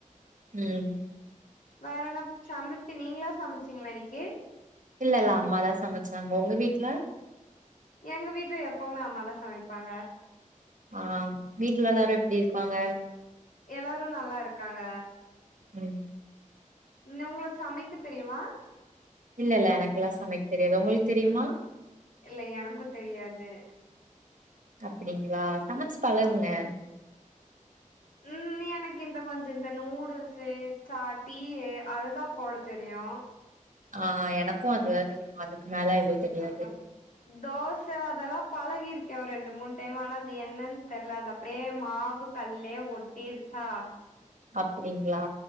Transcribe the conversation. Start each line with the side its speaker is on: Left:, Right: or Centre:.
Right: ம்
Left: வேற என்ன சமப்பி நீங்களா சமச்சீங்களா இன்னிக்கி
Right: இல்ல இல்ல அம்மாதான் சமச்சாங்க உங்க வீட்ல
Left: எங்க வீட்ல எப்பவுமே அம்மாதான் சமைப்பாங்க
Right: ஆ வீட்ல எல்லாரும் எப்டி இருக்காங்க
Left: எல்லாரும் நல்லா இருக்காங்க
Right: ம்
Left: ம் உங்களுக்கு சமைக்க தெரியுமா
Right: இல்லல்ல எனக்கெல்லா சமைக் தெரியாது உங்களுக்கு தெரியுமா
Left: இல்ல எனக்குத் தெரியாது
Right: அப்டிங்ளா சமைச்சு பழகுங்க
Left: ஆ ம் நீ எனக்கு இந்த கொஞ்ச இந்த நூடுல்ஸ்ஸு சா டீ அதுதா போட தெரியு
Right: ஆ எனக்கும் அது தா தெரியு அதுக்கு மேல எதுவு தெரியாது
Left: அதா தோச அதெல்லாம் பழகிருக்கே ஒரு ரெண்டு மூணு டைம் ஆனா அந்த என்னன் தெர்ல அது அப் படியே மாவு கல்லே ஒட்டிருச்சா
Right: அப்டிங்ளா